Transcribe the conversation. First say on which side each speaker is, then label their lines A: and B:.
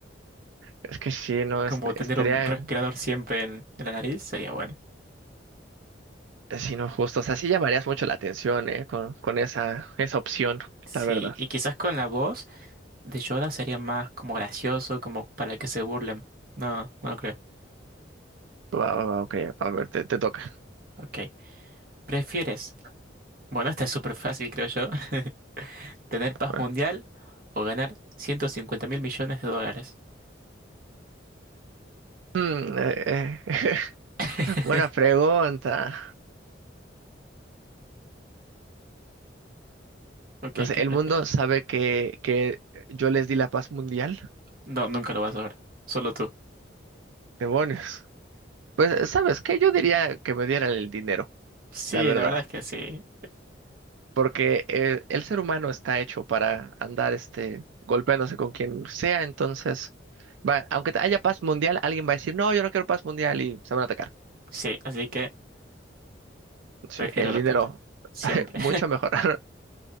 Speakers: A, on the right; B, on the right.
A: Es que sí, no,
B: Como
A: este,
B: tener
A: estaría,
B: un respirador siempre en, en la nariz sería bueno.
A: sino justo, o sea, sí llamarías mucho la atención, ¿eh? Con, con esa, esa opción,
B: Sí,
A: la verdad.
B: y quizás con la voz de Yoda sería más como gracioso, como para que se burlen. No, no lo creo.
A: Va, va, va, ok, a ver, te, te toca.
B: Ok. ¿Prefieres? Bueno, esta es súper fácil, creo yo. <laughs> ¿Tener paz
A: Va.
B: mundial o ganar 150 mil millones de dólares?
A: Mm, eh, eh,
B: <laughs>
A: <laughs> buena pregunta.
B: Ok,
A: No sé,
B: ¿qué
A: ¿el
B: prefieres?
A: mundo sabe que, que yo les di la paz mundial?
B: No, nunca lo vas a ver. Solo tú.
A: Demonios. Pues, ¿sabes qué? Yo diría que me dieran el dinero,
B: Sí,
A: la verdad.
B: la verdad es que sí.
A: porque eh, el ser humano está hecho para andar este, golpeándose con quien sea, entonces, va, aunque haya paz mundial, alguien va a decir, no, yo no quiero paz mundial y se van a atacar.
B: Sí, así que
A: Sí,
B: prefiero
A: el
B: la
A: dinero,
B: plata. Siempre.
A: <laughs> mucho mejor. <laughs>